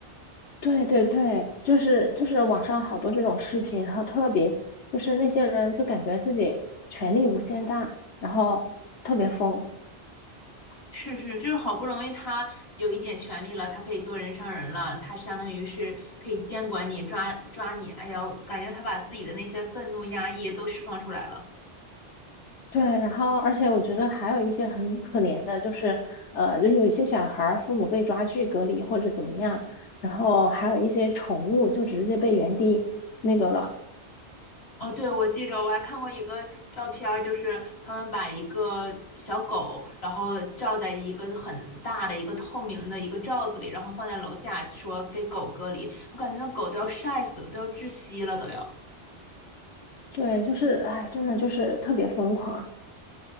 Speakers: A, on the left; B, on the left.
A: 对对对，就是就是网上好多这种视频，然后特别就是那些人就感觉自己权力无限大，然后特别疯。
B: 是是，就是好不容易他有一点权利了，他可以做人上人了，他相当于是可以监管你、抓抓你。哎呀，感觉他把自己的那些愤怒、压抑都释放出来了。
A: 对，然后而且我觉得还有一些很可怜的，就是呃，就有一些小孩儿父母被抓去隔离或者怎么样，然后还有一些宠物就直接被原地那个了。
B: 哦，对，我记着我还看过一个照片儿，就是他们把一个小狗，然后罩在一个很大的一个透明的一个罩子里，然后放在楼下，说给狗隔离。我感觉那狗都要晒死了，都要窒息了，都要。
A: 对，就是哎，真的就是特别疯狂。